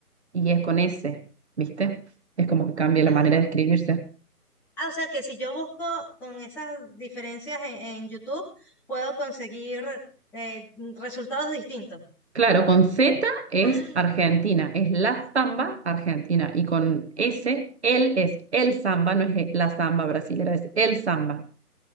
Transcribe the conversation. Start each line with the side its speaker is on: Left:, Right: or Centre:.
Right: y es con S, ¿viste? Es como que cambia la
Centre: Ah.
Right: manera de escribirse.
Centre: Ah, o sea que si yo busco con esas diferencias en, en YouTube, puedo conseguir eh, resultados distintos.
Right: Claro, con Z es
Centre: Ay,
Right: Argentina, es la samba Argentina. Y con S, él es el samba, no es la samba brasilera, es el samba.